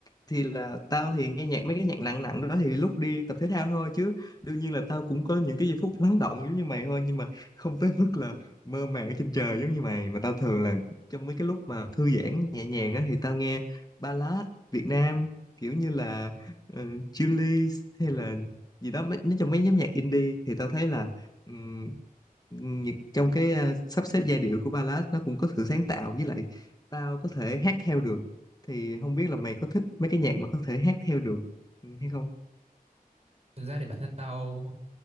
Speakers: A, on the left (about 25°); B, on the right (about 45°).
A: thì là tao thì nghe nhạc mấy cái nhạc nặng nặng đó thì lúc đi tập thể thao thôi chứ đương nhiên là tao cũng có những cái giây phút lắng động giống như mày thôi nhưng mà không tới <laughs> mức là mơ màng trên trời giống như mày mà tao thường là trong mấy cái lúc mà thư giãn nhẹ nhàng á thì tao nghe ballad Việt Nam kiểu như là uh, Chillies hay là gì đó mấy- nói chung mấy nhóm nhạc indie thì tao thấy là ừm, những- trong cái ờ, sắp xếp giai điệu của ballad nó cũng có sự sáng tạo với lại tao có thể hát theo được thì không biết là mày có thích mấy cái nhạc mà có thể hát theo được ừ, hay không
B: thực ra thì bản thân tao